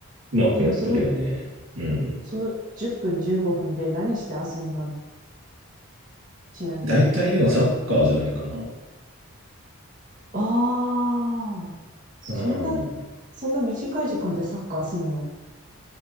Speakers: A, on the right; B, on the right.
A: うまくやっとるよね。
B: でもその、
A: うん。
B: その10分15分で何して遊んだのちなみに。
A: 大体でもサッカーじゃないかな。
B: ああ、そんな、
A: うん。
B: そんな短い時間でサッカーすんの